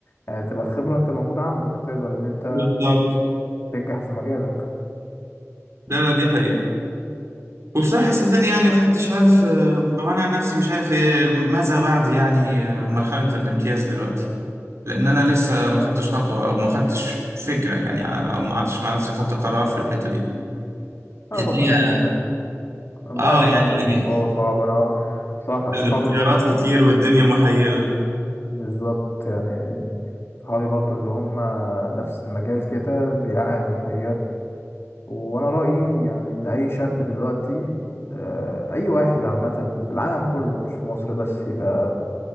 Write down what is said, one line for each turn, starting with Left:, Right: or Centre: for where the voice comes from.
Left: يعني تبقى الخبرة انت موجودة عندك تقدر ان انت
Right: بالظبط
Left: تنجح في مجالك
Right: لا لا دي حقيقة وبصراحة صدقني يعني محدش عارف آه، أو أنا عن نفسي مش عارف إيه ماذا بعد يعني آه، مرحلة الامتياز دلوقتي لأن أنا لسه ما خدتش خطوة أو ما خدتش فكرة
Left: مم.
Right: يعني آه، أو ما قعدتش مع نفسي خدت قرار في الحتة دي
Left: آه
Right: الدنيا
Left: ربنا يعينك ربنا
Right: آه
Left: يعينك
Right: يعني
Left: الموضوع صعب انا صح اصحابي
Right: الاختيارات
Left: برضو
Right: كتير والدنيا محيرة
Left: بالظبط يعني صحابي برضو اللي هم نفس المجال كده بيعانوا الحقيقة وانا رأيي يعني ان اي شاب دلوقتي آه، اي واحد عامة في العالم كله مش في مصر بس يبقى